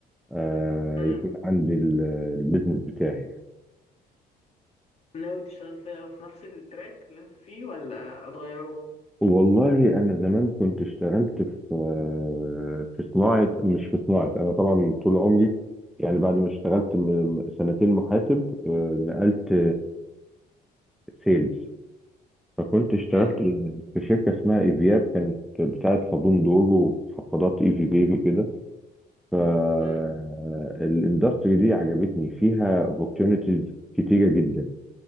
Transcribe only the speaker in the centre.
آه
يكون عندي ال- البيزنس بتاعي
والله انا زمان كنت اشتغلت في آه، في صناعه مش في صناعه انا طبعا طول عمري يعني بعد ما اشتغلت م- سنتين محاسب آه، نقلت سيلز فكنت اشتغلت
في شركه اسمها ايفياب كانت بتاعه صابون دور وحفاضات ايفي بيبي كده فالاندستري
دي عجبتني فيها opportunities كتيرة جدا